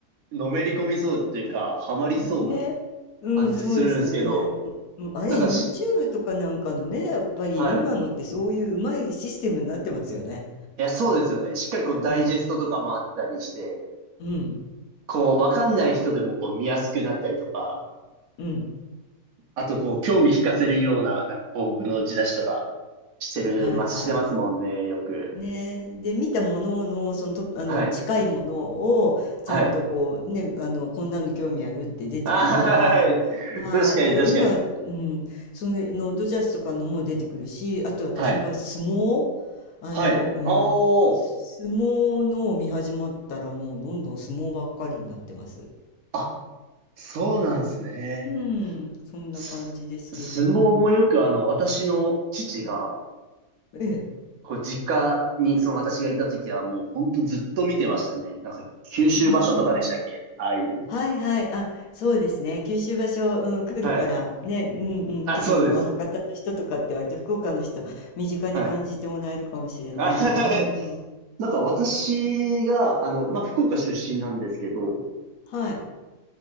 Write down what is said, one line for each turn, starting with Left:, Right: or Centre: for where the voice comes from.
Right: のめり込みそうっていうか、ハマりそうな
Left: ね、うん、
Right: 感じするんですけど、
Left: そうですね。ううん、あれ、
Right: なんかし、
Left: YouTube とかなんかのね、やっぱり今のってそういううまいシステムになってますよね。
Right: はい。いや、そうですよね。しっかりこう、ダイジェストとかもあったりして、
Left: うん、うん、
Right: こう、わかんない人でもこう、見やすくなったりとか、
Left: うん。
Right: あとこう、興味引かせるような、なんかこう、僕の打ち出しとか、してる、
Left: はいはい。
Right: ま、してますもんね、よく。
Left: ねえ、で見たものの、その、と、あの近いもの
Right: はい。
Left: をちゃんとこうねあのこんなの興味あるって出てくるから、
Right: はい。あーはい。
Left: はい、
Right: 確かに、
Left: で今、
Right: 確かに。
Left: うん、その、のドジャースとかのも出てくるしあと私の場合相撲
Right: はい。
Left: あの、
Right: はい。
Left: うん、
Right: あ
Left: 相撲のを見始まったらもうどんどん相撲ばっかりになってます。
Right: あ。そうなんですね。
Left: うん、そんな感じですけど。
Right: す相撲もよくあの、私の父が、
Left: ええ。
Right: こう、実家に、その私がいた時はもうほんとずっと見てましたね。なんか、九州場所とかでしたっけああいう。
Left: あ。はいはい。あ、そうですね。九州場所、うん、来るから、
Right: はい。
Left: ね、うんうん、
Right: あ、
Left: きあの、
Right: そうです。
Left: 博多の人とかって割と福岡の人、身近に感じてもらえるかもしれない。
Right: はい。あ <laughs>
Left: うん。
Right: なんか私が、
Left: ね。
Right: あの、まあ、福岡出身なんですけど、
Left: はい。